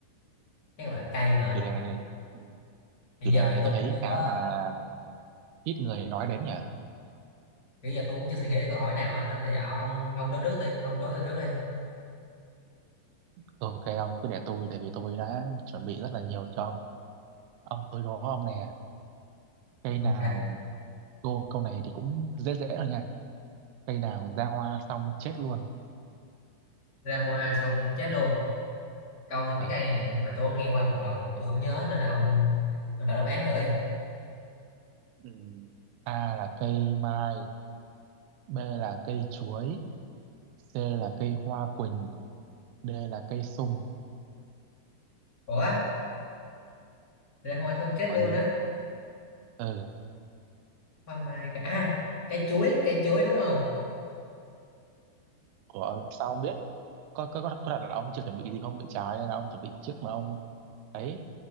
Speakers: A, on the left; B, on the right.
A: các loại cây hả?
B: Chủ đề này Ừ.
A: Hiện
B: chủ
A: giờ
B: đề
A: thì
B: này
A: tôi
B: tôi thấy
A: chưa
B: khá
A: có
B: là ít người nói đến nhỉ.
A: bây giờ tôi cũng chưa suy nghĩ được câu hỏi nào á nên là giờ ông ông đối trước đi, ông đối tôi trước đi.
B: Ok ông cứ để tôi tại vì tôi đã chuẩn bị rất là nhiều cho ông. Ông tôi đố ông nè, cây
A: Ok.
B: nào cô câu này thì cũng dễ dễ rồi nha. Cây nào ra hoa xong chết luôn.
A: Ra hoa xong chết luôn. Câu
B: Ừ.
A: cái cây này hình như là tôi có nghe qua một lần mà tôi không nhớ nên là ông ông đọc đáp án thử đi.
B: Ừ. A là cây mai, B là cây chuối, C là cây hoa quỳnh D là cây sung
A: Ủa, ra hoa xong chết
B: có
A: luôn
B: gì
A: á.
B: ừ
A: Hoa mai cả à, cây chuối, cây chuối đúng không?
B: của sao ông biết có có có, có đặt là ông chưa chuẩn bị gì không bị trái hay là ông chuẩn bị trước mà ông ấy